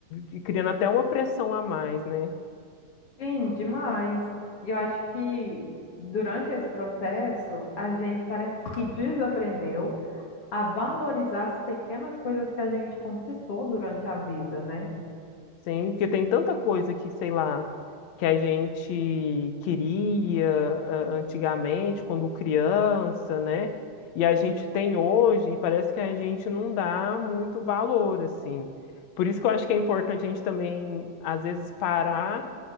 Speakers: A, on the left; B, on the left.
A: e criando até uma pressão a mais, né?
B: Sim, demais. E eu acho que durante esse processo, a gente parece que desaprendeu a valorizar as pequenas coisas que a gente conquistou durante a vida, né?
A: Sim, porque tem tanta coisa que, sei lá, que a gente queria ah, antigamente, quando criança, né? E a gente tem hoje, e parece que a gente não dá muito valor, assim. Por isso que eu acho que é importante a gente também, às vezes, parar